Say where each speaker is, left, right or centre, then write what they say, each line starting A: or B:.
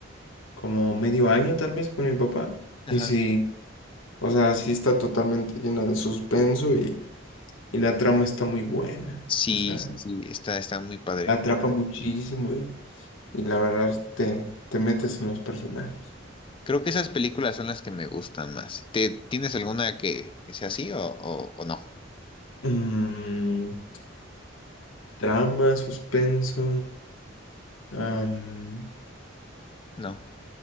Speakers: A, on the left; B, on the left.
A: como medio año tal vez con mi papá.
B: Ajá.
A: Y sí, o sea, sí está totalmente llena de suspenso y, y la trama está muy buena.
B: Sí,
A: O sea,
B: sí, sí, está, está muy padre.
A: la atrapa muchísimo y, y la verdad te, te metes en los personajes.
B: Creo que esas películas son las que me gustan más. ¿Te, tienes alguna que, que sea así o, o, o no?
A: Mm, trama, suspenso. Am,
B: No.